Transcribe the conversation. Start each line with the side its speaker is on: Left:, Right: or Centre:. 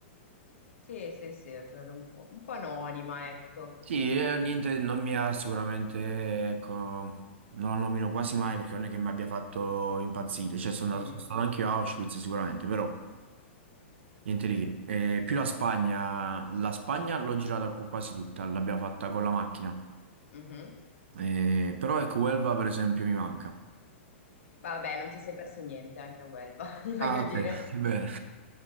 Left: Sì, sì, sì, ho trovato un po', un po' anonima, ecco.
Right: Sì, eh, niente,
Left: Mm.
Right: non mi ha sicuramente, ecco, non lo nomino quasi mai perché non è che mi abbia fatto impazzire, cioè sono
Left: Mm,
Right: andato,
Left: mm,
Right: sono stato
Left: mm.
Right: anche io a Auschwitz sicuramente, però niente di che. Eh, più la Spagna, la Spagna l'ho girata qu- quasi tutta, l'abbiamo fatta con la macchina,
Left: Mhm.
Right: Eh, però ecco, Huelva per esempio mi manca.
Left: Ma vabbè, non ti sei perso niente anche a Huelva, <laughs> voglio
Right: Ah, ok,
Left: dire.
Right: <laughs> bene.